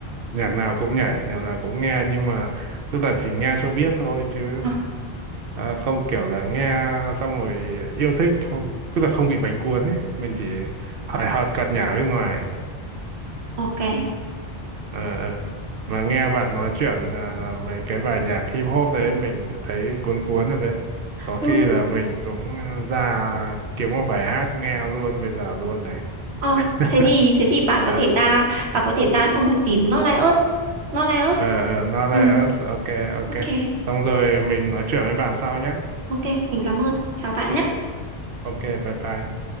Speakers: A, on the right; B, on the right.
A: nhạc nào cũng nhảy nhạc nào cũng nghe nhưng mà tức là chỉ nghe cho biết thôi chứ
B: À,
A: à, không kiểu là nghe xong rồi yêu thích không tức là không bị bánh cuốn ấy mình chỉ hời hợt cợt nhả bên ngoài
B: ok.
A: Ờ, ờ. mà nghe bạn nói chuyện à, mấy cái bài nhạc hip hop đấy mình thấy cuốn cuốn rồi đấy có
B: Ừ,
A: khi là mình cũng à, ra kiếm một bài hát nghe luôn bây giờ luôn này
B: ờ,
A: <laughs>
B: thế thì thế thì bạn
A: ờ
B: có thể ra, bạn có thể ra xong rồi tìm Not Like Us, Not Like Us.
A: ờ ờ, Not
B: Ừ,
A: Like Us ok ok
B: ok.
A: xong rồi mình nói chuyện với bạn sau nhé
B: Ok, mình cảm ơn. Chào bạn nhé.
A: ok bye bye